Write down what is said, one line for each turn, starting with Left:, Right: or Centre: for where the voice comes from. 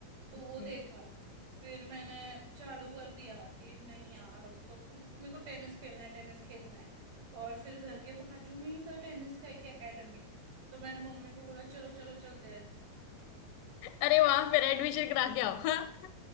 Right: तो
Left: ओके।
Right: वो देखा फिर मैंने चालू कर दिया कि नहीं यार अब तो कुछ मेरे को टेनिस खेलना है टेनिस खेलना है और फिर घर के बाजू में ही था टेनिस का एक एकेडमी तो मैंने मम्मी को बोला चलो चलो चलते हैं
Left: अरे वाह मेरा एडमिशन करा के आओ हाँ?